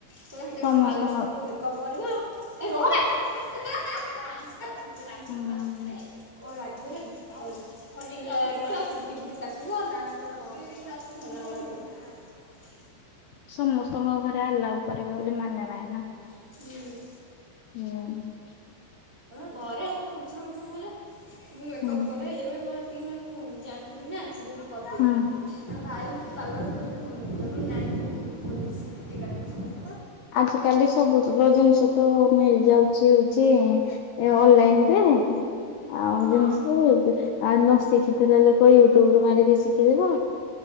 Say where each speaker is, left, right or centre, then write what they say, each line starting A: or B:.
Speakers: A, on the right (about 20°); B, on the left (about 80°).
A: କହିଲା ହେଟା
B: ସମସ୍ତଙ୍କ
A: କଣ ପାର୍ଲର ସମସ୍ତଙ୍କୁ ମେକଅପ କରିବ। ଏ ରହବେ <unintelligible> ଛୁଟି ଫୁଟି
B: ହଁ
A: କାଟି ନାଁ ନାଁ ତୁ ହେରା କରନି ମନା କଲା ମତେ <unintelligible>
B: ସମସ୍ତଙ୍କ ଘରେ ସେ ଆଲାଓ କରିବେ ବୋଲି ମାନେନାହିଁ ନା
A: ହେପାଇଁ।
B: ହୁଁ
A: ଘରେ ଫଙ୍କସନ ମଙ୍କସନ ହେଲେ ମୁଁ ମେକପ୍
B: ହୁଁ
A: କରେ ଇଏ କରେ ମୋ ଟିକେ ମାନେ ମୁଁ ଜାଣିଥିଲି ନା ସେ ପାଇଁ ମୁଁ କରିଦିଏ।
B: ହୁଁ
A: ଭାଇ ପାର୍ଲର ଖୋଲିବା ପାଇଁ ମନା କଲା କହିଲା ନାଇଁ ତୁ ଖୋଲିବୁନି ଚୁଟି କାଟିବୁ ସମସ୍
B: ଆଜ କାଲି ସବୁ ତକ ଜିନିଷ ତ ମିଳି ଯାଉଛି ହଉଛି ଏ ଅନଲାଇନ ରେ ଆଉ
A: ହଁ।
B: ଜିନିଷ ନ ଶିଖିଥିଲେ ଲୋକ ୟୁଟୁବୁ ରୁ ମାରିକି ଶିଖିବେନା।